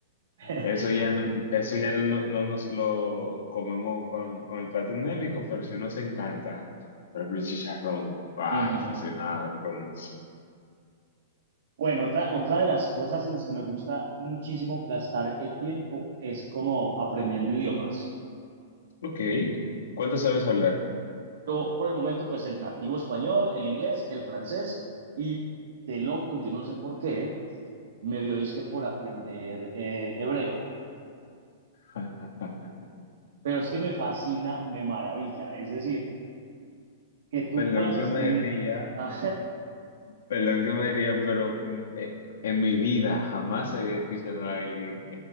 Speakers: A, on the right; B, on the left.
A: <laughs>
B: Eso ya no, eso ya no, no- no nos lo comemos con, con el plato endémico, pero sí nos encanta. Por ejemplo, el chicharrón. Ay,
A: Ujú.
B: fascinado con eso.
A: Bueno, otra, otra de las cosas en las que me gusta muchísimo gastar el tiempo es como aprendiendo idiomas.
B: Ok. ¿Cuánto sabes hablar?
A: Yo, por el momento, pues el nativo español, el inglés, el francés y de loco, yo no sé por qué, me dio disque por aprender eh, hebreo.
B: <laughs>
A: Pero es que me fascina, me maravilla. Es decir, que tú
B: Perdón
A: puedas
B: que
A: escribir.
B: me ría,
A: Ah,
B: Perdón que me ría, pero mm, eh, en mi vida jamás había escuchado a alguien <laughs>